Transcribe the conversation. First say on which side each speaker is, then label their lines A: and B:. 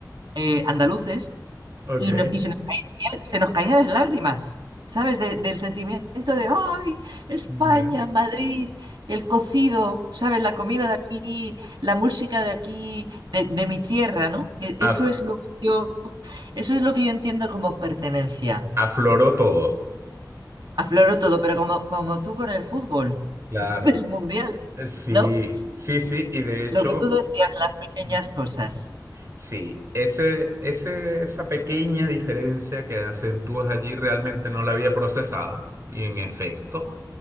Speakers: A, on the right (about 75°); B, on the right (about 40°).
A: eh, andaluces,
B: Ok.
A: y, no- y se se nos caían las lágrimas, ¿sabes? De- del sentimiento de, ¡ay! España,
B: Ya.
A: Madrid, el cocido, ¿sabes? La comida de aquí, la música de aquí, de, de mi tierra, ¿no? E- Eso
B: Af-
A: es lo que yo, eso es lo que yo entiendo como pertenencia.
B: afloró todo.
A: Afloró todo, pero como, como tú con el fútbol
B: Claro.
A: <laughs> del mundial,
B: Eh, Sí,
A: ¿no?
B: sí, sí. Y de hecho,
A: Lo que tú decías, las pequeñas
B: mm,
A: cosas.
B: sí, ese, ese, esa pequeña diferencia que acentúas allí realmente no la había procesado. Y en efecto.